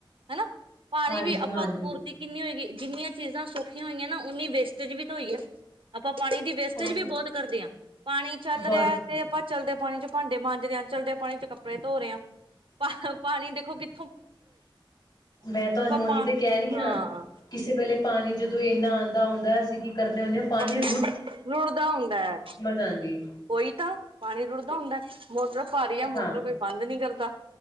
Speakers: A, on the right; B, on the left.
A: ਹਨਾ ਪਾਣੀ
B: ਹਾਂਜੀ,
A: ਵੀ ਆਪਾਂ
B: ਹਾਂਜੀ।
A: ਪੂਰਤੀ ਕਿੰਨੀ ਹੋਏਗੀ ਜੀਨੀਆਂ ਚੀਜ਼ਾਂ ਸੌਖੀਆਂ ਹੋਈਆਂ ਨਾ, ਓਨੀ ਵੇਸਟੇਜ ਵੀ ਤਾਂ ਹੋਈ ਐ। ਪਾਣੀ ਦੀ ਵੇਸਟੇਜ
B: ਹਾਂ
A: ਵੀ ਬੋਤ ਕਰਦੇ ਆਂ, ਪਾਣੀ ਚੱਲ
B: ਬਸ
A: ਰੇਆ ਤੇ ਆਪਾਂ ਚੱਲਦੇ ਪਾਣੀ ਚ ਭਾਂਡੇ ਮਾਂਜਦੇ ਆ, ਚੱਲਦੇ ਪਾਣੀ ਚ ਕੱਪੜੇ ਧੋ ਰਏ ਆ, ਪਾ ਪਾਣੀ ਦੇਖੋ ਕਿ
B: ਮੈਂ ਤੁਆਨੂੰ ਓਹੀ
A: ਪਾ
B: ਤੇ ਕੈ ਰੀ
A: ਹਾਂ
B: ਆਂ, ਕਿਸੇ ਵੇਲੇ ਪਾਨੀ ਜਦੋਂ ਏਨਾਂ ਆਂਦਾ ਹੁੰਦੈ ਅਸੀਂ ਕੀ ਕਰਨੇ ਹੋਨੇ ਆਂ ਪਾਨੀ
A: ਰੋੜਦਾ ਹੁੰਦੈ,
B: ਆਉਂਦੀ
A: ਓਈ ਤਾਂ ਪਾਣੀ ਰੁੜਦਾ ਹੁੰਦੈ। ਮੋਟਰ ਭਾਰੀ ਆ, ਮੋਟਰ
B: ਹਾਂ
A: ਕੋਈ ਬੰਦ ਨੀ ਕਰਦਾ।